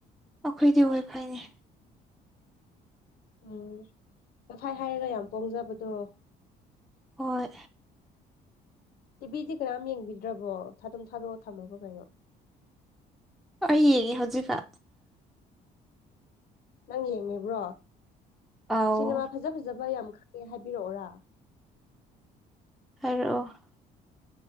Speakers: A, in the centre; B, on the left.
A: ꯑꯩꯈꯣꯏꯗꯤ ꯍꯣꯏ ꯐꯩꯅꯦ
B: ꯎꯝ ꯉꯐꯥꯏ ꯍꯥꯏꯔꯒ ꯌꯥꯝ ꯄꯣꯡꯖꯕꯗꯣ
A: ꯍꯣꯏ
B: ꯇꯤꯚꯤꯗꯤ ꯀꯅꯥꯝ ꯌꯦꯡꯕꯤꯗ꯭ꯔꯕꯣ ꯊꯥ ꯑꯗꯨꯝ ꯊꯥꯗꯣꯛꯑꯣ ꯊꯝꯃꯕꯣ ꯀꯩꯅꯣ
A: ꯑꯩ ꯌꯦꯡ ꯍꯧꯖꯤꯛꯀ
B: ꯅꯪ ꯌꯦꯡꯉꯦꯕ꯭ꯔꯣ
A: ꯑꯥꯎ
B: ꯁꯤꯅꯦꯃꯥ ꯐꯖ ꯐꯖꯕ ꯌꯥꯝ ꯀꯩ ꯍꯥꯏꯕꯤꯔꯛꯑꯣꯔꯥ
A: ꯑ